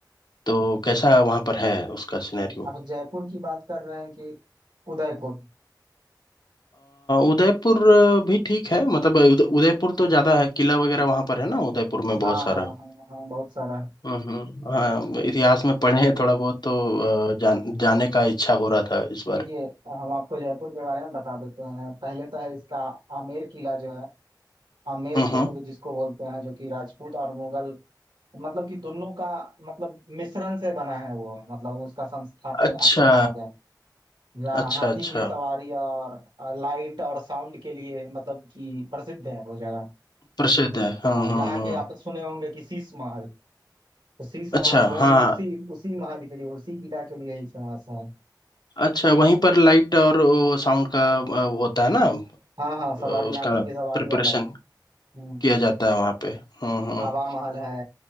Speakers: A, on the left (about 70°); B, on the right (about 85°).
A: तो कैसा वहां पर है उसका सिनेरियो
B: आप जयपुर की बात कर रहे हैं कि उदयपुर
A: उदयपुर अ, भी ठीक है मतलब उद, उदयपुर तो ज्यादा है किला वगैरह वहां पर है ना उदयपुर में बहुत
B: हाँ
A: सारा
B: हाँ हाँ हाँ बहुत सारा है
A: हम्म हाँ इतिहास में पढ़े हैं थोड़ा बहुत तो अ, जान, जाने का इच्छा हो रहा था इस बार
B: देखिए हम आपको जयपुर के बारे में बता देते हैं पहले तो है इसका आमेर किला जो है आमेर
A: हम्म हम्म
B: फोर्ट भी जिसको बोलते हैं जो कि राजपूत और मुगल मतलब कि दोनों का मतलब मिश्रण से बना है वो मतलब उसका संस्थापन
A: अच्छा
B: आपको कहा जाए जहाँ
A: अच्छा
B: हाथी
A: अच्छा
B: की सवारी और अ, लाइट और साउंड के लिए मतलब कि प्रसिद्ध है वो जगह
A: प्रसिद्ध है हम्म
B: हाँ जहाँ
A: हम्म हम्म
B: की आप सुने होंगे कि शीश महल उसी समाज
A: अच्छा
B: वही
A: हाँ
B: उसी उसी महाल के लिए उसी किला के लिए ही फेमस है
A: अच्छा वहीं पर लाइट और साउंड का अ, होता है ना
B: हाँ हाँ
A: अ,
B: सवारी
A: उसका
B: हाथी की सवारी
A: प्रिपरेशन
B: वाला हम्म
A: किया जाता है वहाँ पे हम्म हम्म
B: हवा महल है